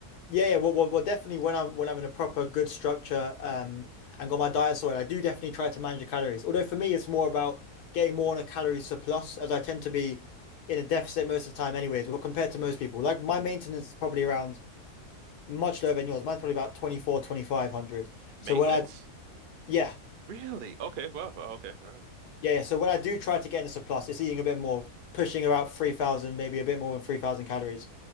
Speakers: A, on the left; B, on the right.
A: Yeah, yeah. Well, well, well, definitely when I'm when I'm in a proper good structure um and got my diet sorted, I do definitely try to manage the calories. Although for me, it's more about getting more on a calorie surplus, as I tend to be in a deficit most of the time, anyways. Well, compared to most people, like my maintenance is probably around much lower than yours. Mine's probably about 24, 2500.
B: Maintenance?
A: So when I yeah,
B: Really? Okay. Well, well, okay. All right.
A: yeah, yeah. So when I do try to get in a surplus, it's eating a bit more, pushing about 3000, maybe a bit more than 3000 calories.